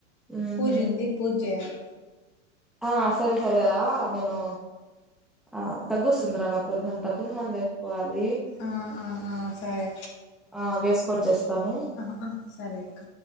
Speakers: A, in the centre; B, on the left.
A: మ్మ్
B: పూజ
A: హ్మ్
B: ఉంది పూజ చేయాలి
A: ఆ సరే సరేరా నేను ఆ దగ్గుస్తుందరా నాకు కొంచెం దగ్గు మందు వేసుకోవాలి
B: ఆ! ఆ! ఆ సరే
A: ఆ వేసుకొని చేస్తాను
B: అక్క సరే అక్క